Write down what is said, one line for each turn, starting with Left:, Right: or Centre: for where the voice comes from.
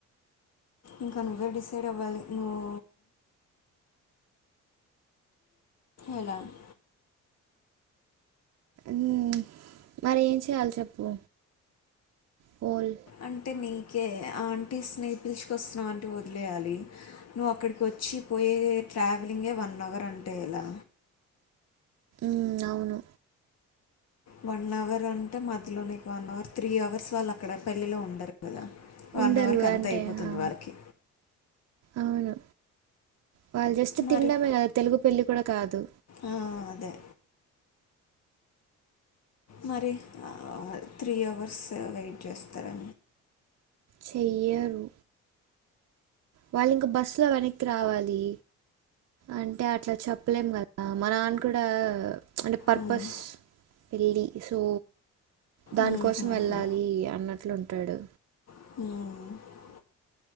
Left: ఇంకా నువ్వే డిసైడ్ అవ్వాలి నువ్వు ఎలా ని
Right: మ్ మరి ఏం చేయాలి చెప్పు బోల్
Left: అంటే నీకే ఆంటీస్ని పిలుచుకొస్తున్నావంటే వదిలేయాలి నువ్వు అక్కడికి వచ్చి పోయేదే ట్రావెలింగే వన్ అవర్ అంటే ఎలా
Right: మ్ అవును
Left: వన్ అవర్ అంటే మధ్యలో లో నీకు వన్ అవర్ త్రీ అవర్స్ వాళ్ళు అక్కడ పెళ్ళిలో ఉండరు కదా వన్
Right: ఉండరు
Left: అవర్కి అంత
Right: అంటే
Left: అయిపోతుంది
Right: ఆ,
Left: వాళ్ళకి
Right: అవును వాళ్ళు జస్ట్
Left: మరి
Right: తినడమే కదా తెలుగు పెళ్లి కూడా కాదు
Left: ఆ, అదే మరి త్రీ అవర్స్ వెయిట్ చేస్తారా
Right: చెయ్యరు వాళ్ళు ఇంక బస్ లో వెనక్కి రావాలి అంటే అట్లా చెప్పలేం కదా మా నాన్న కూడా అంటే పర్పస్
Left: ఉమ్,
Right: పెళ్ళి సో దాని
Left: ఉమ్,
Right: కోసం
Left: ఉమ్,
Right: వెళ్ళాలి అన్నట్లు ఉంటాడు
Left: మ్